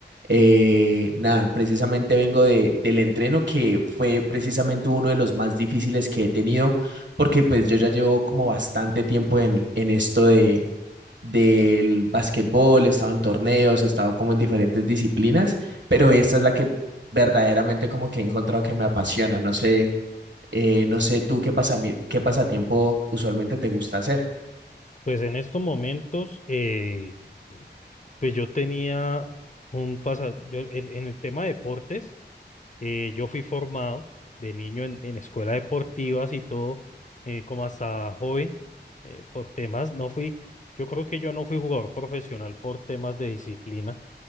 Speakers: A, on the right; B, on the left.
A: eh, nada, precisamente vengo de, del entreno que fue precisamente uno de los más difíciles que he tenido porque pues yo ya llevo como bastante tiempo en, en esto del básquetbol he estado en torneos, he estado como en diferentes disciplinas, pero esta es la que verdaderamente como que he encontrado que me apasiona. No sé, eh, no sé tú qué pasami- qué pasatiempo usualmente te gusta hacer.
B: Pues en estos momentos, eh, pues yo tenía un pasado, yo el- en el tema de deportes, eh, yo fui formado de niño en, en escuelas deportivas y todo, eh, como hasta joven, eh, por temas, no fui, yo creo que yo no fui jugador profesional por temas de disciplina